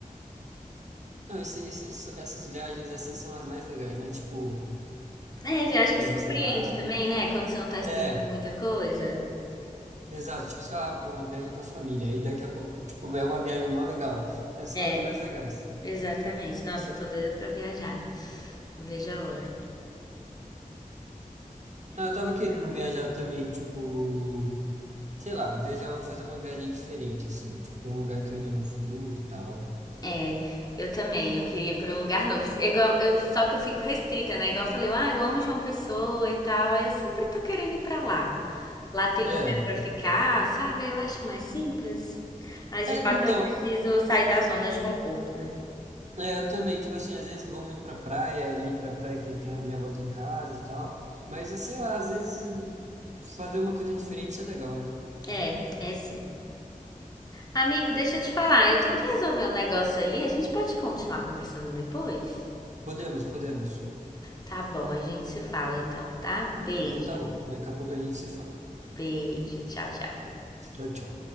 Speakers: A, on the right; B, on the left.
A: Não, esse, esse- isso- essas viagens assim são as mais legais, né? Tipo,
B: É, viagem
A: que
B: que surpreende
A: você vai.
B: também, né? Quando você não tá
A: É,
B: esperando muita coisa.
A: exato. Tipo, você fala, ah, pô, uma viagem com a família. Aí daqui a pouco, tipo, é uma viagem mó legal. Essas
B: É,
A: são as mais legais.
B: exatamente. Nossa, eu tô doida pra viajar. Não vejo a hora.
A: Ah, eu tava querendo viajar também, tipo, sei lá, viajar, fazer uma viagem diferente, assim, tipo, um lugar que eu ainda não fui e tal.
B: É, eu também. Eu queria ir pra um lugar novo. É Igual, eu, só que eu fico restrita, né? Igual eu falei, ah, eu amo João Pessoa e tal. Aí eu sempre tô querendo ir pra lá. Lá tem
A: É.
B: lugar pra ficar, sabe? Eu acho mais simples. Mas de
A: É,
B: fato
A: então,
B: eu preciso sair da zona de conforto, né?
A: é, eu também, tipo assim, às vezes vou muito pra praia, ali pra praia que tem a minha avó tem casa e tal. Mas, sei lá, às vezes fazer uma coisa diferente é legal, né?
B: É, é sim. Amigo, deixa eu te falar, eu tenho que resolver um negócio ali. A gente pode continuar conversando depois?
A: Podemos, podemos.
B: Tá bom, a gente se fala então, tá? Beijo,
A: Então tá bom. Daqui a pouco a gente se fala.
B: beijo, tchau, tchau.
A: Tchau, tchau.